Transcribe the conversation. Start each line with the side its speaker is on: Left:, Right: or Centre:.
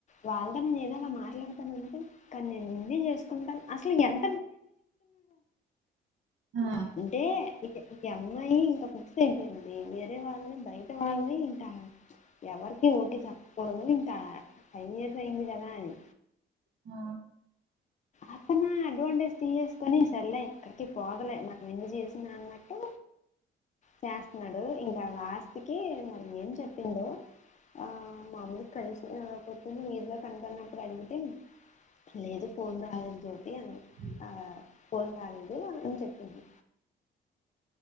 Left: వాళ్ళతో నేను ఏదోలా మాట్లాడతాను అంటే కానీ నేను ఇన్నే చేసుకుంటా అసలు ఎన్
Right: ఆ
Left: అంటే ఇక ఇక అమ్మాయి ఇంకా అయిపోయింది వేరే వాళ్ళని బయట వాళ్ళని ఇంకా ఎవరికి ఊకె చెప్పకూడదు ఇంకా ఫైన ఇయర్స్ అయింది కదా అని
Right: ఆ
Left: అప్పుడు అడ్వాంటేజ్ తీసేసుకొని సర్లే ఇక్కడికి పోదిలే మ ఎందు చేసిన అన్నట్టు చేస్తున్నాడు ఇంకా ఆస్తికి మరి ఏం చెప్పిందో ఆ మాములు కలిసి పద్దింది మీరుగా కనుకున్నప్పుడు అడిగితే లేదు ఫోన్ రాలేదు
Right: అ
Left: అన్న ఆ ఫోన్ రాదండి అని చెప్పింది